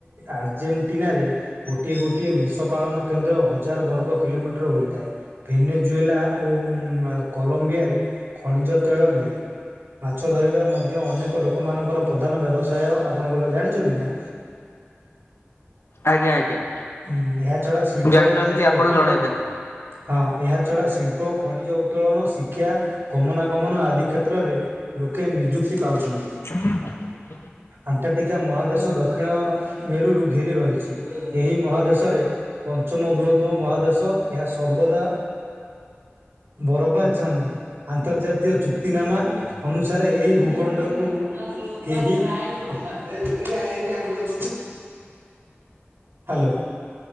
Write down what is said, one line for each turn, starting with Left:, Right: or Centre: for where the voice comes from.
Right: ଆର୍ଜେଣ୍ଟିନାରେ ଗୋଟିଏ ଗୋଟିଏ ମେଷ ପାଳନ କେନ୍ଦ୍ର ହଜାର ବର୍ଗ କିଲୋମିଟର ହୋଇଥାଏ। ଭେନେଜୁଏଲା ଓ କଲମ୍ବିଆରେ ଖଣିଜ ତୈଳ ମିଳେ। ମାଛ ଧରିବା ମଧ୍ୟ ଅନେକ ଲୋକମାନଙ୍କର ପ୍ରଧାନ ବ୍ୟବସାୟ ଆପଣ ବଲ ଜାଣିଛନ୍ତି ନା?
Left: ଆଜ୍ଞା ଆଜ୍ଞା।
Right: ହୁଁ ଏହା ଛଡା ଶିଳ୍ପ,
Left: ମୁଁ ଜାଣିନଥିଲି
Right: ଖଣିଜ
Left: ଆପଣ
Right: ଉତ୍ତୋଳନ
Left: ଜଣେଇଦେଲେ
Right: ହଁ ଏହାଛଡ଼ା ଶିଳ୍ପ, ଖଣିଜ ଉତ୍ତୋଳନ, ଶିକ୍ଷା, ଗମନାଗମନ ଆଦି କ୍ଷେତ୍ରରେ ଲୋକେ ନିଯୁକ୍ତି ପାଉଛନ୍ତି।
Left: <inaudible>
Right: ଆଣ୍ଟାର୍କଟିକା ମହାଦେଶ ଦକ୍ଷିଣ ମେରୁରୁ ଘେରି ରହିଛି। ଏହି ମହାଦେଶରେ ପଞ୍ଚମ ବୃହତ୍ତମ ମହାଦେଶ ଏହା ସର୍ବଦା ବରବାଛନ। ଆନ୍ତର୍ଜାତୀୟ ଚୁକ୍ତିନାମା ଅନୁସାରେ ଏହି ଭୂଖଣ୍ଡକୁ କେହି <inaudible> ହାଲୋ।